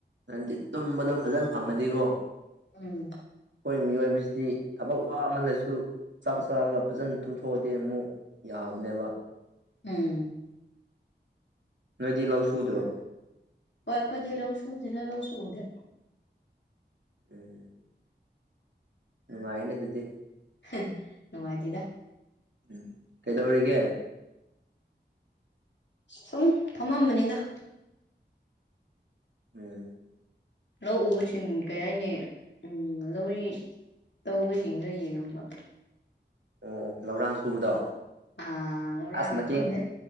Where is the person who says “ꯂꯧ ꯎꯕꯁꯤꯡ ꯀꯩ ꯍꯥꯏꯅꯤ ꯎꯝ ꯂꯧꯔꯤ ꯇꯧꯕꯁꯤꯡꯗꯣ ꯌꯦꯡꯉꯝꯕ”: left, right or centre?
Left